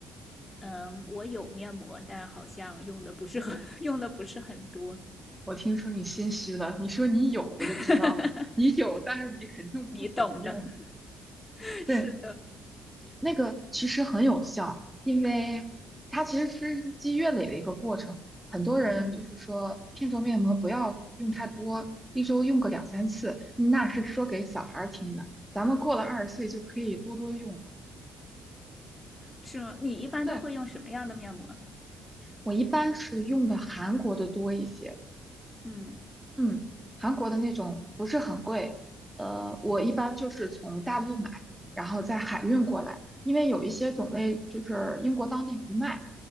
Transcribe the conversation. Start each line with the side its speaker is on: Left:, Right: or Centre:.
Left: 嗯，我有面膜，但好像用的不是很 <laughs> 用的不是很多，
Centre: 我听说你心虚了，你说你有，我就知道了，
Left: <laughs> 哈哈，
Centre: 你有，但是你肯定不怎么用。
Left: 你懂的。<laughs>
Centre: 对，
Left: 是的，
Centre: 那个其实很有效，因为它其实是日积月累的一个过程。很多人就是说，
Left: 嗯，
Centre: 片状面膜不要用太多，一周用个两三次，嗯那是说给小孩儿听的。咱们过了二十岁就可以多多用了。
Left: 是吗？你一般都会用什么样的面膜？
Centre: 那我一般是用的韩国的多一些，
Left: 嗯
Centre: 嗯，韩国的那种不是很贵，呃，我一般就是从大陆买，然后再海运过来，
Left: 嗯，
Centre: 因为有一些种类就是英国当地不卖，